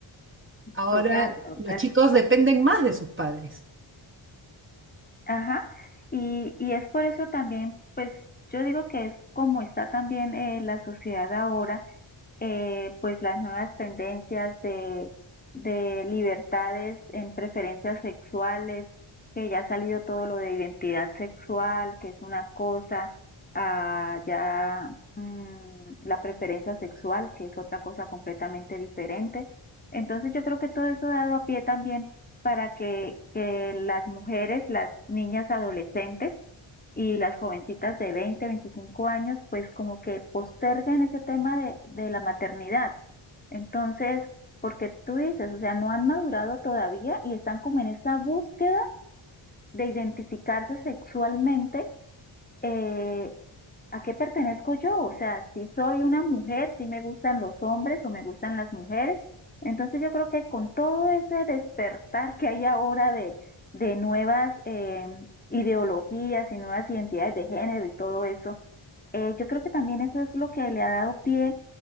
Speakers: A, on the right (about 25°); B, on the left (about 20°).
A: Ahora
B: Total, total.
A: los chicos dependen más de sus padres.
B: Ajá, y, y es por eso también, pues yo digo que es como está también eh, la sociedad ahora, eh, pues las nuevas tendencias de, de libertades en preferencias sexuales, que ya ha salido todo lo de identidad sexual, que es una cosa, a ya mmm, la preferencia sexual, que es otra cosa completamente diferente. Entonces yo creo que todo eso ha dado a pie también para que, que las mujeres, las niñas adolescentes, y las jovencitas de 20 25 años, pues como que postergan ese tema de, de la maternidad. Entonces, porque tú dices, o sea, no han madurado todavía y están como en esa búsqueda de identificarse sexualmente eh, ¿a qué pertenezco yo? O sea, si soy una mujer, si me gustan los hombres o me gustan las mujeres. Entonces yo creo que con todo ese despertar que hay ahora de, de nuevas eh, ideologías y nuevas identidades de género y todo eso, eh, yo creo que también eso es lo que le ha dado pie